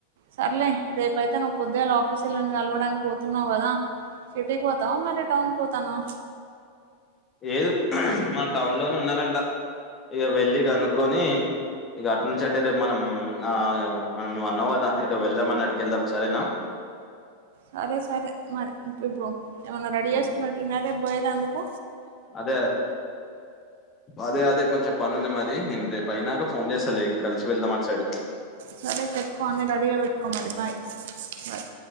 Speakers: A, on the right (about 55°); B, on the left (about 25°).
A: సర్లే రేపైతే నువ్వు పొద్దుగాల ఆఫీసొలని కలవడానికి పోతున్నావు కదా సిటీకీ పోతవ మరి టౌన్ కీ పోతన్నావా
B: లేదు మన టౌన్ లోనే ఉన్నారంట ఇక వెళ్లి కనుక్కొని ఇక అట్లుంచే అటే రేపు మనం ఆ మనం నువ్వు అన్నావ్ కదా ఎటో వెళ్దామ అని అడికి వెళ్దాం సరేనా
A: సరే సరే మరి ఇప్పుడు ఏమన్నా రెడీ
B: ఉమ్.
A: చేసుకున్నటిన్నరే రేపు పోయాటందుకు
B: అదే అదే అదే కొంచెం పనుంది మరి నేను రేపు అయినాక ఫోన్ చేస్తాలె కలిసి వెళ్దాం అట్సైడ్
A: సరే పెట్టుకో అన్నీ రెడీగా పెట్టుకోమరి బాయ్ బాయ్